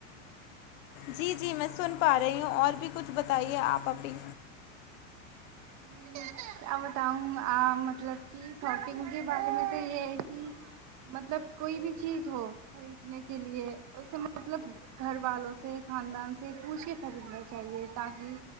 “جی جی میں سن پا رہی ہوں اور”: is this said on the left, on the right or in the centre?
Left